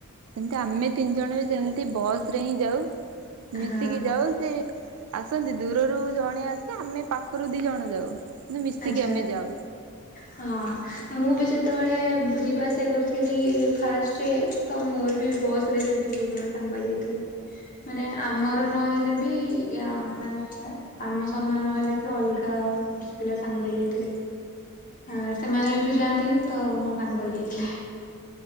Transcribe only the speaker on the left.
ହଁ
ଆଛା
ହଁ ମୁଁ ବି ସେ ଯେତେବେଳେ ଯିବା ଆସିବା କରିଥିଲି ଫାଷ୍ଟରେ ତ ମୋର ବି ବସ୍ ରେ ସେମିତି ବହୁତ ଜଣ ସାଙ୍ଗକୁ ଯାଇଥିଲେ ମାନେ ଆମର ନହେଲେ ବି ମାନେ ଆମ ସମାନ ନହେଲେ ବି ଅଲଗା ପିଲା ସାଙ୍ଗ ହେଇଯାଇଥିଲେ ଆ ସେମାନେ ଏଇଠୁ ଯାଆନ୍ତି ତ ମୋ ସାଙ୍ଗ ହେଇଯାଇଥିଲେ।